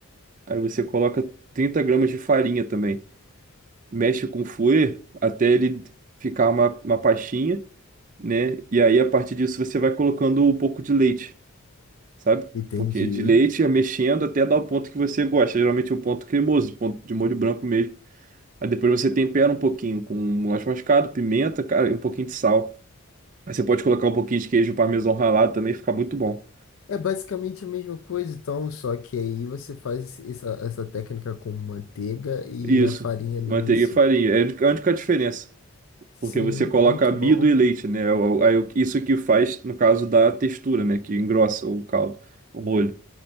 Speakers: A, on the right; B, on the left.
A: aí você coloca 30 gramas de farinha também. Mexe com o fouet até ele ficar uma, uma pastinha, né? E aí a partir disso você vai colocando um pouco de leite, sabe?
B: entendi.
A: Porque de leite, mexendo até dar o ponto que você gosta. Geralmente é o ponto cremoso, o ponto de molho branco mesmo. Aí depois você tempera um pouquinho com noz moscada, pimenta, cara, e um pouquinho de sal. Aí você pode colocar um pouquinho de queijo parmesão ralado também, fica muito bom.
B: É basicamente a mesma coisa, então, só que aí você faz essa, essa técnica com manteiga e
A: Isso,
B: a farinha no
A: manteiga
B: início.
A: e farinha. É a única a única diferença.
B: Sim,
A: Porque você coloca
B: muito
A: amido
B: bom.
A: e leite, né? É O- aí o- Isso que faz, no caso, da textura, né? Que engrossa o caldo, o molho.